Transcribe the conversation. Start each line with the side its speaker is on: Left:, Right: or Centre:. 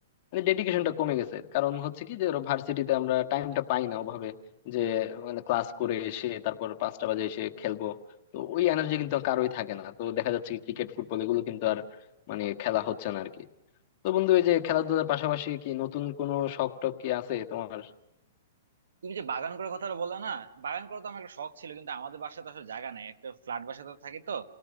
Left: মানে ডেডিকেশনটা কমে গেছে কারণ হচ্ছে কি যে ওরা ভার্সিটিতে আমরা টাইমটা পাই না ওভাবে যে মানে ক্লাস করে এসে তারপর পাঁচটা বাজে এসে খেলবো তো ওই এনার্জি কিন্তু আর কারোই থাকে না তো দেখা যাচ্ছে কি ক্রিকেট ফুটবল এগুলো কিন্তু আর মানে খেলা হচ্ছে না আর কি তো বন্ধু এই যে খেলাধুলার পাশাপাশি কি নতুন কোনো শখ টখ কি আছে তোমার
Right: তুমি যে বাগান করার কথাটা বললে না বাগান করা তো আমার একটা শখ ছিল কিন্তু আমাদের বাসায় তো আসলে জায়গা নাই একটা ফ্ল্যাট বাসায় তো থাকি তো